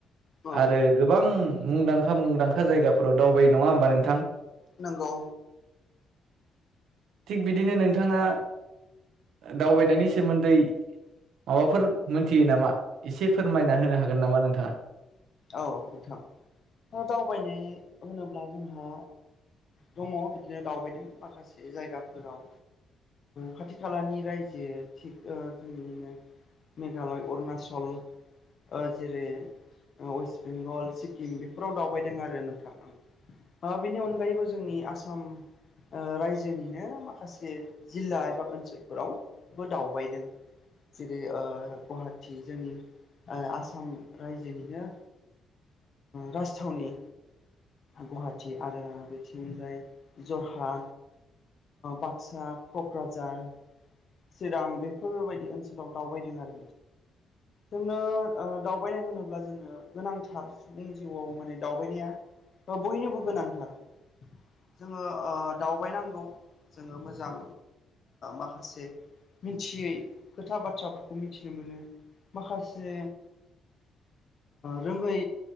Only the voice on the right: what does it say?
आरो गोबां मुंदांखा मुंदांखा जायगाफोराव दावबाय नङा होमबा नोंथां
थिग बिदिनो नोंथाङा दावबायनायनि सोमोन्दै माबाफोर मोनथियो नामा एसे फोरमायना होनो हागोन नामा नोंथाङा